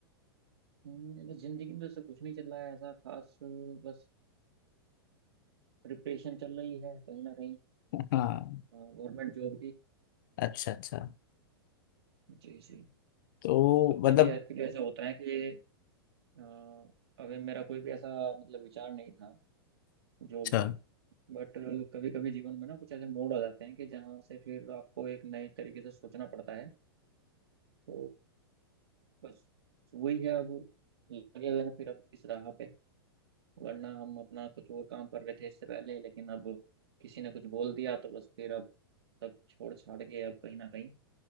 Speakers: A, on the right; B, on the left.
A: हम्म, बस जिंदगी में जैसे कुछ नहीं चल रहा है ऐसा खास बस प्रिपरेशन चल रही है कहीं ना कहीं
B: <laughs> हाँ
A: गवर्नमेंट जॉब की
B: अच्छा अच्छा
A: जी जी
B: तो
A: कुछ
B: मतलब
A: चीज़ें एक्चुअली ऐसा होता है कि अ, अभी मेरा कोई भी ऐसा मतलब विचार नहीं था जॉब
B: अच्छा अच्छा।
A: का बट कभी कभी जीवन में ना कुछ ऐसे मोड़ आ जाते हैं कि जहाँ से फिर आपको एक नए तरीके से सोचना पड़ता है तो बस वही है अब लगे हुए हैं फिर अब इस राह पे वरना हम अपना कुछ और काम कर रहे थे इससे पहले लेकिन अब किसी ने कुछ बोल दिया तो बस फिर अब सब छोड़ छाड़ के अब कहीं ना कहीं